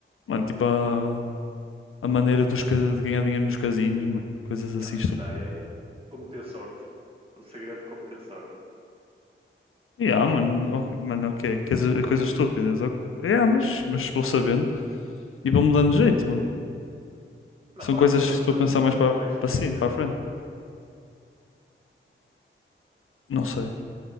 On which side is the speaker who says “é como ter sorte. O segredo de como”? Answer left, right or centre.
Right